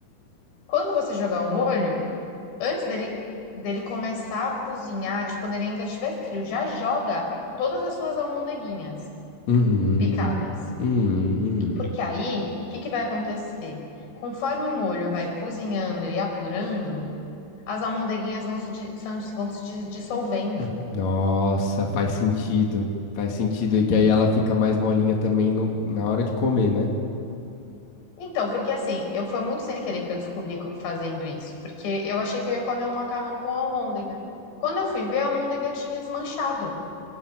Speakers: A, on the left; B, on the left.
A: Quando você jogar o molho, antes dele, dele começar a cozinhar, tipo, quando ele ainda estiver frio, já joga todas as suas almôndeguinhas
B: Uhum.
A: picadas.
B: Uhum.
A: Porque aí, o que que vai acontecer? Conforme o molho vai cozinhando e apurando, as almôndeguinhas vão se, di- são- vão se dis- dissolvendo.
B: Nossa, faz sentido. Faz sentido. E que aí ela fica mais molinha também no- na hora de comer, né?
A: Então, porque assim, eu foi muito sem querer que eu descobri co- fazendo isso, porque eu achei que eu ia comer um macarrão com almôndega. Quando eu fui ver, a almôndega tinha desmanchado.